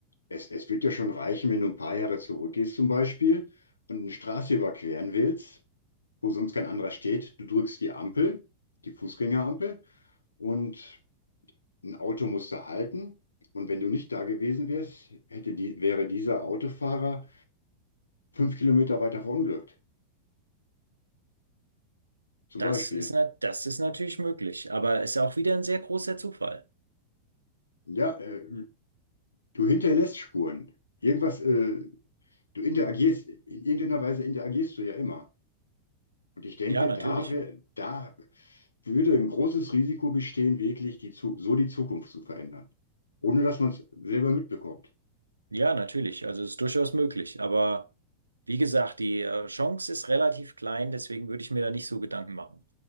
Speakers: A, on the left; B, on the right.
A: es, es wird ja schon reichen, wenn du ein paar Jahre zurückgehst zum Beispiel und eine Straße überqueren willst. wo sonst kein anderer steht. Du drückst die Ampel, die Fußgängerampel, und ein Auto muss da halten. Und wenn du nicht da gewesen wärst, hätte die, wäre dieser Autofahrer fünf Kilometer weiter verunglückt. Zum
B: Das
A: Beispiel.
B: ist, na, das ist natürlich möglich, aber ist auch wieder ein sehr großer Zufall.
A: Ja, äh, du hinterlässt Spuren. Irgendwas, äh, du interagierst, in irgendeiner Weise interagierst du ja immer. Und ich denke,
B: Ja, natürlich.
A: da wär, da würde ein großes Risiko bestehen, wirklich die, Zu- so die Zukunft zu verändern, ohne dass man es selber mitbekommt.
B: Ja, natürlich. Also es ist durchaus möglich. Aber wie gesagt, die äh, Chance ist relativ klein, deswegen würde ich mir da nicht so Gedanken machen.